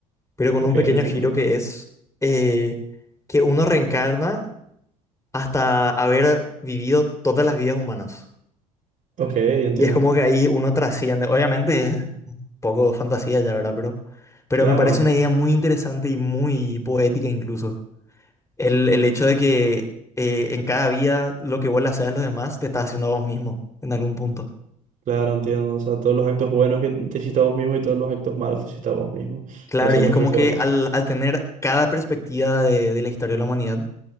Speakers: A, on the left; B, on the right.
A: pero con
B: Ok,
A: un pequeño
B: entiendo.
A: giro que es eh, que uno reencarna hasta haber vivido todas las vidas humanas.
B: Ok, entiendo.
A: Y es como que ahí uno trasciende. Obviamente es un poco fantasía ya, ¿verdad? Pero, pero
B: Claro,
A: me parece una idea muy interesante y muy poética incluso. El, el hecho
B: es-
A: de que eh, en cada vida lo que vos le haces a los demás te estás haciendo a vos mismo en algún punto.
B: claro, entiendo. O sea, todos los actos buenos que te hiciste a vos mismo y todos los actos malos te hiciste a vos mismo.
A: Claro,
B: Pero siempre
A: y es como
B: fuiste
A: que
B: vos.
A: al, al tener cada perspectiva de, de la historia de la humanidad,